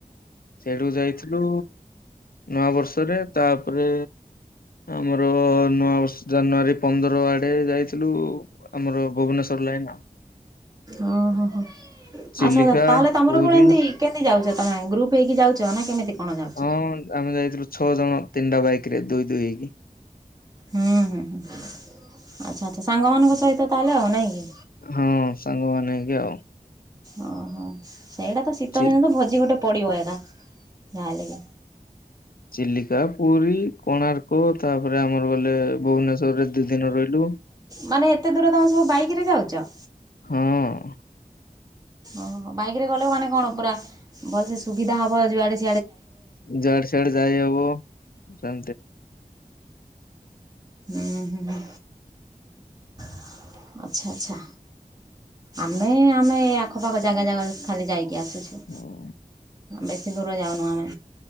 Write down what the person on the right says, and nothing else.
ଓହୋ ହୋ ଆଚ୍ଛା
ଆଛା ତାହେଲେ ତମର
କଣ ଏମିତି କେମତି ଯାଉଚ। ଅଁ ଗ୍ରୁପ ହେଇକି ଯାଉଛ ନା କେମିତି? କଣ ଯାଉଛ?
ହୁଁ ହୁଁ ହୁଁ ଆଚ୍ଛା ଆଛା ସାଙ୍ଗ ମାନଙ୍କ ସହିତ ତାହେଲେ ଆଉ ନାଇଁ କି
ଓ ହୋ, ସେଇଟା ତ ଶୀତ
ଦିନ ତ ଭୋଜି ଗୋଟେ ପଡିବ ଏକା ଯାହା ହେଲେ ବି।
ମାନେ ଏତେ ଦୂର ତମେ ସବୁ ବାଇକ ରେ ଯାଉଚ।
ଓହ ବାଇକ ରେ ଗଲେ ମାନେ କଣ ପୁରା ଭଲସେ ସୁବିଧା ହବ ଜୁଆଡେ
ହୁଁ ହୁଁ,
ଆଚ୍ଛା ଆଚ୍ଛା। ଆମେ ଆମେ ଆଖପାଖ ଜାଗା ଜାଗା ଖାଲି ଯାଇକି ଆସୁଛୁ।
ବେଶି ଦୂର ଯାଉନୁ ଆମେ